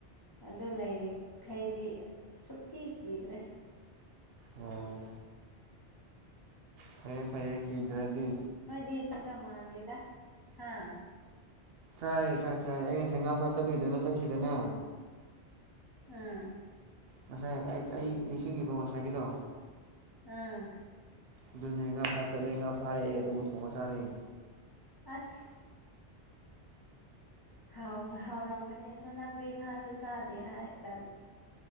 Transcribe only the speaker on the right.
ꯑꯣ ꯐꯩꯌꯦ ꯐꯩꯌꯦ ꯀꯤꯗ꯭ꯔꯗꯤ
ꯆꯥꯔꯦ ꯆꯥꯛ ꯆꯥꯔꯦ ꯑꯩ ꯉꯁꯥꯏ ꯉꯥ ꯐꯥ ꯆꯠꯂꯨꯏꯗꯅ ꯆꯠꯈꯤꯗꯅꯦ
ꯉꯁꯥꯏ ꯑ ꯑꯩ ꯅꯤꯡꯁꯤꯡꯉꯤꯕꯣ ꯉꯁꯥꯏꯒꯤꯗꯣ
ꯑꯗꯨꯅꯦ ꯉꯥ ꯐꯥ ꯆꯠꯂꯦ ꯉꯥ ꯐꯥꯔꯛꯑꯦ ꯑꯗꯨꯒ ꯊꯣꯡꯉ ꯆꯥꯔꯦ